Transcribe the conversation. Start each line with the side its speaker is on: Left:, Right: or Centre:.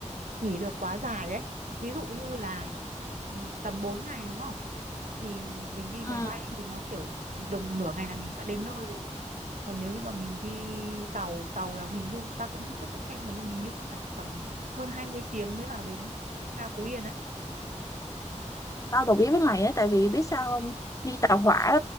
Right: nghỉ được quá dài ấy ví dụ như là ừ, tầm 4 ngày đúng không thì mình đi máy
Left: ừ.
Right: bay thì nó kiểu được nửa ngày là mình sẽ đến nơi rồi còn nếu như mà mình đi tàu tàu là hình như ta cũng hôm trước cũng xem rồi nhưng mà hình như cũng phải tầm hơn 20 tiếng mới vào đến ga Phú Yên ấy
Left: tao đồng ý với mày á tại vì biết sao không đi tàu hỏa